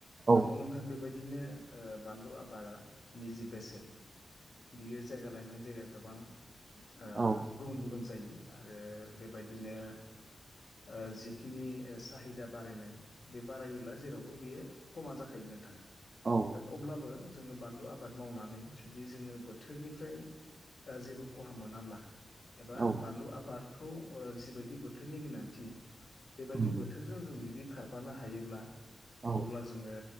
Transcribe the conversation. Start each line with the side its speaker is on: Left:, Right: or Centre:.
Right: औ
Left: नंगौ नोंथां बेबायदिनो ओ बानलु आबादा निजे बेसेन बियो जायगा लायनानै जायगा गोबां ओ
Right: औ
Left: गुबुन गुबुन जायो आरो बेबायदिनो
Right: <inaudible>
Left: ओ जिखिनि साहिदा बारायनाय बे बारायोब्ला जेरावबो बेयो खमा जाखायो नोंथां।
Right: औ
Left: दा बे अब्लाबो जोङो बानलु आबाद मावनानै जुदि जोङो बोथोरनिफ्राय ओ जेबो खहा मोनाब्ला एबा
Right: औ
Left: बानलु आबादखौ ओ जिबायदि बोथोरनि गोनांथि बेबायदि
Right: उम
Left: बो <unintelligible> जुदि खारफानो हायोब्ला
Right: औ
Left: अब्ला ओ जोङो